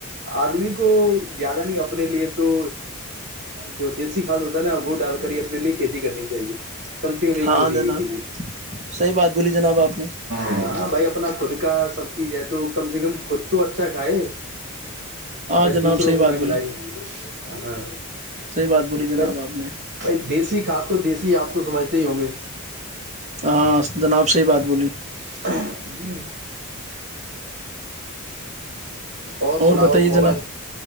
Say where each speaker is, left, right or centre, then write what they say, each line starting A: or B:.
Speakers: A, on the right (about 55°); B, on the right (about 35°).
A: آدمی کو زیادہ نہیں اپنے لیے تو جو دیسی کھاد ہوتا ہے نا وہ ڈال کر ہی اپنے لیے کھیتی کرنی چاہیے کم سے کم ایک
B: ہاں
A: دو بیگھے
B: جناب
A: کے لیے
B: صحیح بات بولی جناب آپ نے
A: ہاں بھائی اپنا خود کا سب چیز ہے تو کم سے کم خود تو اچھا کھائے
B: ہاں
A: بائی
B: جناب
A: دوسروں
B: صحیح
A: کو
B: بات
A: نہ
B: بولی
A: کلائی ہاں
B: صحیح بات بولی جناب
A: بھائی
B: آپ نے
A: بھائی دیسی کھاد تو دیسی ہے آپ تو سمجھتے ہی ہوں گے
B: ہاں جناب سے ہی بات بولی
A: ہوں <unintelligible> اور سناؤ
B: بتائیے
A: موبائل
B: جناب